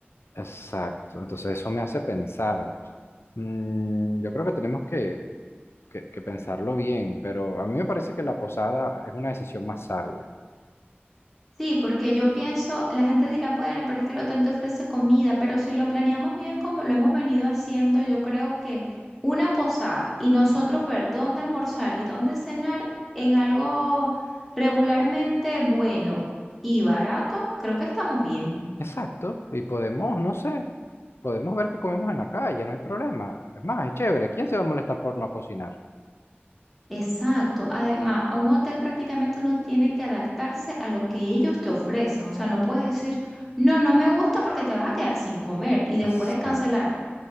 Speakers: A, on the left (about 85°); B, in the centre.
A: Exacto, entonces eso me hace pensar. Mm, yo creo que tenemos que, que- que pensarlo bien, pero a mí me parece que la posada es una decisión más sabia.
B: Sí, porque yo pienso, la gente dirá, bueno, pero es que el hotel te ofrece comida, pero si lo planeamos bien como lo hemos venido haciendo, yo creo que una posada y nosotros ver dónde almorzar y dónde cenar en algo regularmente bueno y barato, creo que estamos bien.
A: Exacto, y podemos, no sé, podemos ver qué comemos en la calle, no hay problema. Es más, es chévere, ¿quién se va a molestar por no cocinar?
B: Exacto. Además, a un hotel prácticamente uno tiene que adaptarse a lo que ellos te ofrecen. O sea, no puedes decir, no, no me gusta porque te vas a quedar sin comer y después
A: Exacto.
B: de cancelar